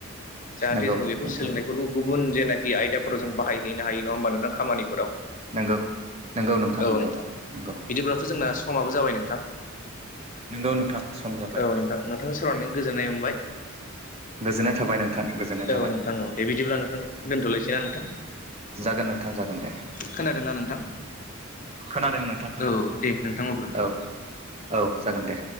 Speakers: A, on the left; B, on the right.
A: जाहाथे
B: नंगौ
A: जोङो बेफोर
B: नोंथां
A: सोलोंनायफोरखौ गुबुन जेनाख खि आयदाफोराव जों बाहायहैनो हायो नङा होमबा नोंथां खामानिफोराव
B: नंगौ नंगौ
A: औ
B: नंगौ
A: नोंथां
B: नंगौ
A: बिदिब्लाथ' जोंना समाबो जाबाय नोंथां।
B: नोंगौ नोंथां। सम जाबाय
A: औ नोंथां नोंथांजों सावरायनानै गोजोननाय मोनबाय।
B: गोजोननाय थाबाय नोंथां गोजोननाय थाबाय
A: औ नोंथां औ दे बिदिब्ला नोंथां दोनथ'लायसै। बिदिब्ला नोंथां
B: जागोन नोंथां जागोन दे
A: खोनादोंना नोंथां?
B: खोनादों नोंथां खोनादों
A: औ दे नोंथां अब्ला।
B: औ औ जागोन दे।